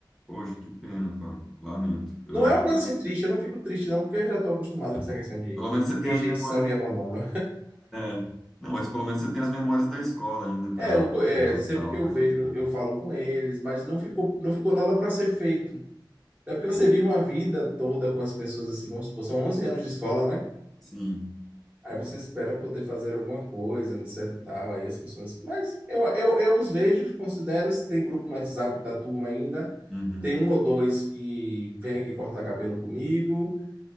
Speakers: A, in the centre; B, on the right.
A: Poxa, que pena, Fábio. Lamento. Eu
B: Não é
A: acho
B: uma coisa
A: que.
B: assim triste, eu não fico triste não, porque eu já estou acostumado com essa questão de
A: Pelo menos você tem
B: rejeição
A: as memórias.
B: e abandono.
A: É. Não, mas pelo menos você tem as memórias da escola ainda para
B: É, eu- é, sempre
A: tal,
B: que eu
A: coisa
B: vejo,
A: boa.
B: eu falo com eles, mas não ficou, não ficou nada para ser feito. É porque você
A: Sim.
B: vive uma vida toda com as pessoas assim, vamos supor, são 11 anos de escola, né?
A: Sim.
B: Aí você espera poder fazer alguma coisa, etc e tal, aí as pessoas... Mas eu, eu, eu os vejo, considero, se tem grupo no WhatsApp da turma ainda,
A: Uhum.
B: tem um ou dois que vem aqui cortar cabelo comigo,